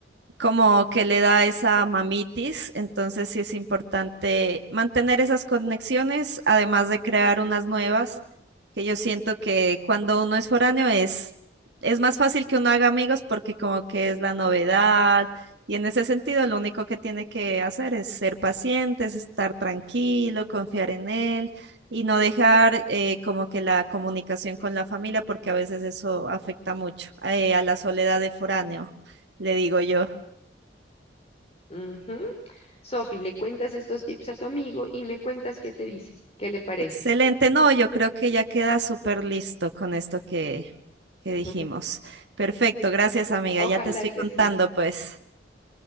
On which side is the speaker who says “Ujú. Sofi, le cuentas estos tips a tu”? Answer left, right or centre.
Left